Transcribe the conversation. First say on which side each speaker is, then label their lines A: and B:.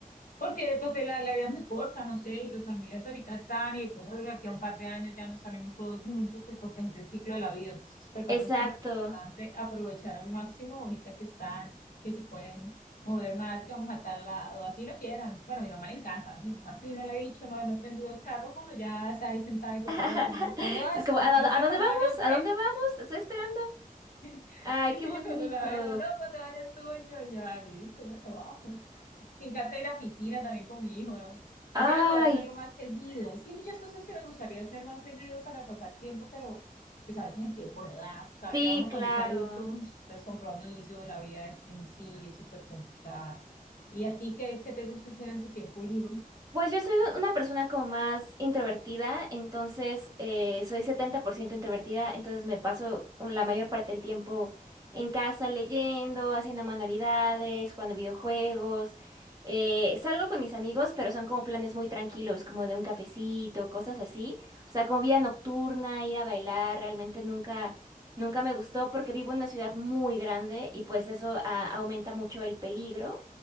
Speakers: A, on the left; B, on the right.
A: Porque después de la, la vida es muy corta, no sé, y los familiares ahorita están, y de pronto de aquí a un par de años ya no estaremos todos juntos, pues porque es el ciclo de la vida. Entonces, me parece
B: Exacto.
A: súper importante aprovechar al máximo ahorita que están, que se pueden mover más, que vamos a tal lado, así lo quieran. Bueno, a mi mamá le encanta, así, así no le he dicho, no, no he prendido el carro cuando ya está ahí sentada en copiloto.
B: <laughs>
A: y Yo, ¿cuándo vas?
B: Sí, es como, ¿a,
A: <laughs>
B: a-
A: No sé,
B: a dónde
A: cuando
B: vamos?
A: vaya usted?
B: ¿A dónde vamos? Te estoy esperando.
A: <laughs> Sí,
B: Ay,
A: sí,
B: qué bonito.
A: yo cuando la veo, no, cuando vayas tú, yo, y yo, ah, listo, bueno, vamos. Me encanta ir a piscina también con mi hijo.
B: Ay,
A: Quisiera poder hacerlo más seguido. Es que hay muchas cosas que me gustaría hacer más seguido para pasar tiempo, pero pues a veces el tiempo no da. O sea,
B: sí,
A: ya uno
B: claro.
A: cuando es adulto, pues pues, compromiso, la vida es, en sí es súper complicada. ¿Y a ti qué, qué te gusta hacer en tu tiempo libre?
B: Pues yo soy una persona como más introvertida, entonces eh, soy 70% introvertida, entonces me paso un- la mayor parte del tiempo en casa leyendo, haciendo manualidades, jugando videojuegos. Eh, salgo con mis amigos, pero son como planes muy tranquilos, como de un cafecito, cosas así. O sea, como vida nocturna, ir a bailar, realmente nunca, nunca me gustó porque vivo en una ciudad muy grande y pues eso ah, aumenta mucho el peligro.